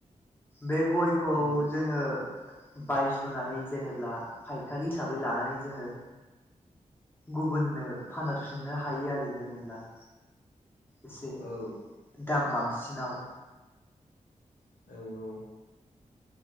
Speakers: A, on the left; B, on the left.
A: बे गयखौ
B: औ
A: जोङो बायस'नानै जेनेब्ला फायखारि हिसाबै लानानै जोङो गुबुननो फानहरफिननो हायो आरो जेनेब्ला एसे
B: औ
A: दाम बांसिनाव
B: औ औ